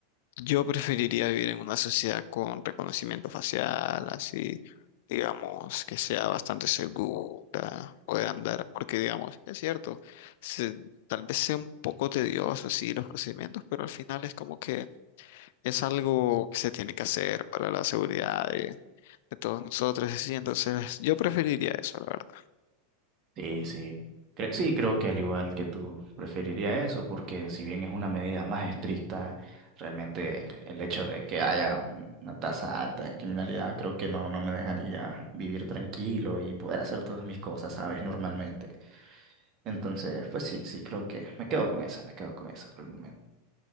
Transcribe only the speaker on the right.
Sí, sí. Cre- sí, creo que al igual que tú preferiría eso, porque si bien es una medida más estricta, realmente el hecho de que haya un- una tasa alta de criminalidad creo que no, no me dejaría vivir tranquilo y poder hacer todas mis cosas, ¿sabes? Normalmente. Entonces, pues sí, sí, creo que me quedo con esa, me quedo con esa por el momento.